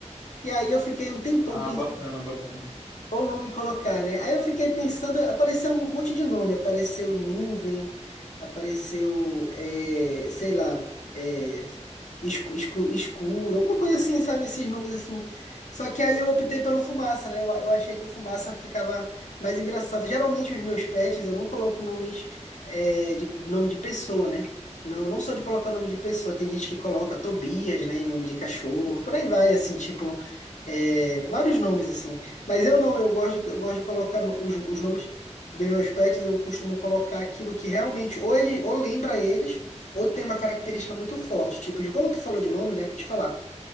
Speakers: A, on the left; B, on the left.
A: E aí, eu fiquei um tempão
B: Ah, bacana, bacana.
A: Qual nome colocar, né? Aí eu fiquei pensando, apareceu um monte de nome, apareceu nuvem, apareceu, é, sei lá, é, escu- escu- escuro, alguma coisa assim, sabe? Esses nomes assim. Só que aí eu optei pelo fumaça, né? Eu, eu achei que o fumaça ficava mais engraçado. Geralmente os meus pets eu não coloco nomes, é, de nome de pessoa, né? Não, não só de colocar nome de pessoa, tem gente que coloca Tobias, né, em nome de cachorro, por aí vai, assim, tipo, é, vários nomes assim. Mas eu não, eu gosto de, eu gosto de colocar no- os, os nomes dos meus pets, eu costumo colocar aquilo que realmente ou, ele, ou lembra eles, ou tem uma característica muito forte. Tipo, de como tu falou de nome, né? Vou te falar.